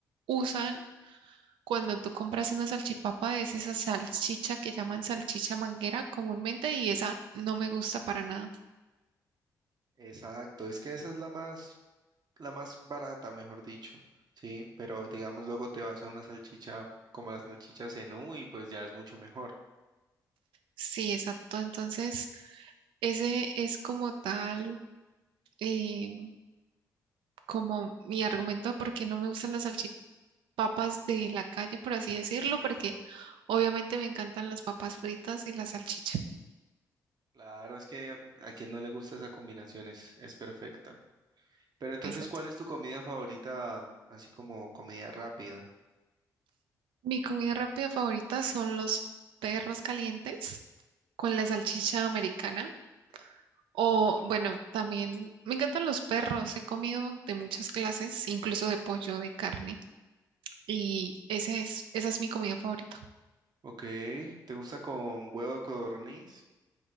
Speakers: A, on the right (about 75°); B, on the right (about 50°).
A: usan Cuando tú compras una salchipapa, es esa salchicha que llaman salchicha manguera comúnmente y esa no me gusta para nada.
B: Exacto, es que esa es la más, la más barata, mejor dicho, ¿sí? Pero digamos, luego te vas a una salchicha como la salchicha Zenú y pues ya es mucho mejor.
A: Sí, exacto. Entonces, ese es como tal, eh, como mi argumento de por qué no me gustan las salchipapas de la calle, por así decirlo, porque obviamente me encantan las papas fritas y la salchicha.
B: Claro, es que a quien no le gusta esa combinación es, es perfecta. Pero entonces,
A: Exacto.
B: ¿cuál es tu comida favorita, así como comida rápida?
A: Mi comida rápida favorita son los perros calientes con la salchicha americana. O bueno, también me encantan los perros. He comido de muchas clases, incluso de pollo, de carne. Y ese es, esa es mi comida favorita.
B: Ok, ¿te gusta con huevo de codorniz?